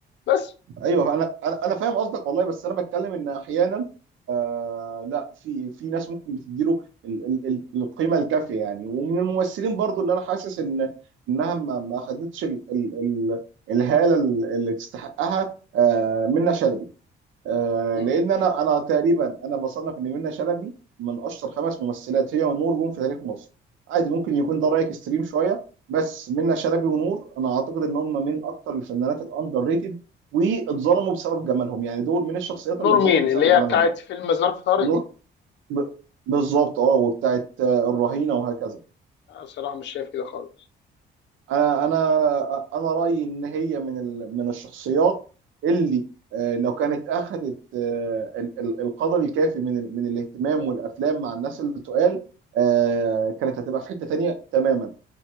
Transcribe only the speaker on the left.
بس
مم.
نور
مين
اللي هي
بتاعت
فيلم ظرف طارق
دي
انا بصراحه مش شايف كده خالص